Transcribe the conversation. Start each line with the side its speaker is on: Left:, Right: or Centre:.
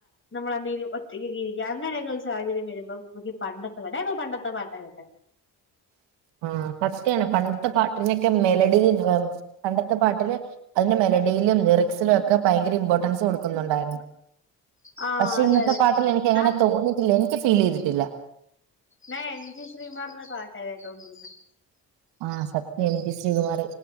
Left: നമ്മളെന്തെിലും ഒ ക്കെ ഇരിക്കുക അങ്ങനൊക്കെ ഒരു സാഹചര്യം വരുമ്പോ നക്ക് പണ്ടത്തെ ഞാ പ്പോ പണ്ടത്തെ പാട്ട കേട്ടെ
Right: ആ സത്യാണ് പണ്ടത്തെ പാട്ടിനൊക്കെ മെലഡി പണ്ടത്തെ പാട്ടില് അതിന്റെ മെലഡിയിലും ലിറിക്സിലും ഒക്കെ ഭയങ്കര ഇമ്പോർട്ടൻസ് കൊടുക്കുന്നുണ്ടായിരുന്നു
Left: ആഹ്
Right: പക്ഷെ
Left: അതെ
Right: ഇന്നത്തെ
Left: അതെ
Right: പാട്ടിൽ എനിക്ക് എങ്ങനെ
Left: ഞാ
Right: തോന്നിയിട്ടില്ല എനിക്ക് ഫീൽ ചെയ്തിട്ടില്ല
Left: ഞാ എം ജി ശ്രീകുമാറിന്റെ പാട്ട കേട്ടോണ്ടിരുന്ന
Right: ആഹ് സത്യം എം ജി ശ്രീകുമാർ